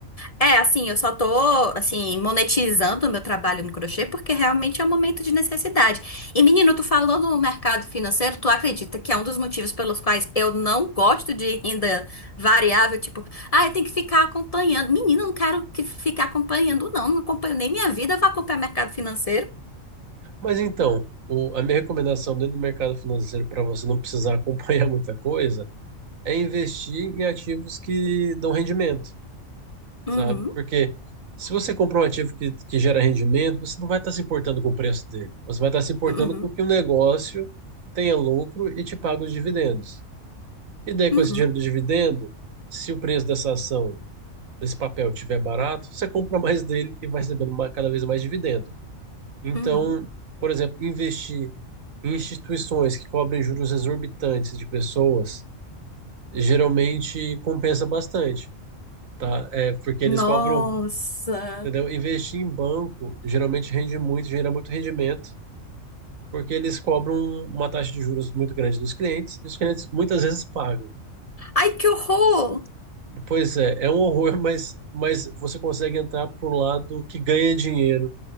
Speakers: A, on the left; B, on the right.
A: É, assim, eu só tô, assim, monetizando o meu trabalho no crochê porque realmente é um momento de necessidade. E, menino, tu falou no mercado financeiro, tu acredita que é um dos motivos pelos quais eu não gosto de renda variável? Tipo, ah, eu tenho que ficar acompanhando. Menina, eu não quero que ficar acompanhando, não. Não acompanho nem minha vida, eu vou acompanhar mercado financeiro.
B: Mas então, o- a minha recomendação dentro do mercado financeiro para você não precisar acompanhar <laughs> muita coisa é investir em ativos que dão rendimento.
A: Uhum,
B: sabe? Porque se você comprar um ativo que, que gera rendimento, você não vai estar se importando com o preço dele. Você vai estar se importando
A: uhum,
B: com que o negócio tenha lucro e te pague os dividendos. E daí, com
A: uhum,
B: esse dinheiro do dividendo, se o preço dessa ação, desse papel, tiver barato, você compra mais dele e vai recebendo ma- cada vez mais dividendo. Então,
A: uhum.
B: por exemplo, investir em instituições que cobrem juros exorbitantes de pessoas geralmente compensa bastante, tá? É porque eles
A: Nossa!
B: cobram Entendeu? Investir em banco geralmente rende muito, gera muito rendimento, porque eles cobram uma taxa de juros muito grande dos clientes e os clientes muitas vezes pagam.
A: Ai, que horror!
B: Pois é, é um horror, mas, mas você consegue entrar para o lado que ganha dinheiro